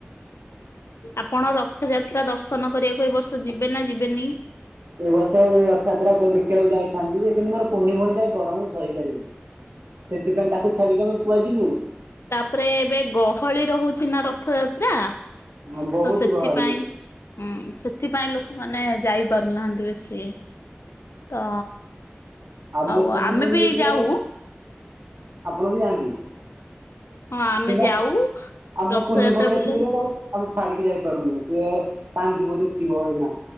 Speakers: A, on the left; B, on the right.
A: ଆପଣ ରଥଯାତ୍ରା ଦର୍ଶନ କରିବାକୁ ଏ ବର୍ଷ ଯିବେ ନା ଯିବେନି?
B: ଏ ବର୍ଷ ରଥଯାତ୍ରା ଦେଖିବାକୁ ଯାଇଥାନ୍ତି ଯେ କିନ୍ତୁ ମୋର କୁନି ଭଉଣୀ ଟା ଗରମ ସହିପାରିବନି। ସେଥିପାଇଁ ତାକୁ ଛାଡିକି ଆମେ କୁଆଡେ ଯିବୁ।
A: ତାପରେ ଏବେ ଗହଳି ରହୁଛି ନା ରଥଯାତ୍ରା।
B: ହ ବହୁତ
A: ତ ସେଥିପାଇଁ
B: ଗହଳି।
A: ହୁଁ ସେଥିପାଇଁ ଲୋକମାନେ ଯାଇପାରୁନାହାନ୍ତି ବେଶୀ। ତ
B: ମୋ
A: ଆଉ
B: କୁନି
A: ଆମେ
B: ଭଉଣୀ
A: ବି
B: ଯଦି
A: ଯାଉ।
B: ଆମ ଆପଣ ବି ଯାଆନ୍ତି
A: ହଁ ଆମେ
B: କିବା
A: ଯାଉ
B: ଆମ
A: ରଥଯାତ୍ରା
B: କୁନୁ ଭଉଣୀ
A: ବୁଲିବା
B: ଅଛି ବୋଲି
A: ହୁଁ।
B: ତା ଆମେ ଛାଡିକି ଯାଇପାରୁନୁ ସେଏ କାନ୍ଦିବ ରୁଷିବ ହନା।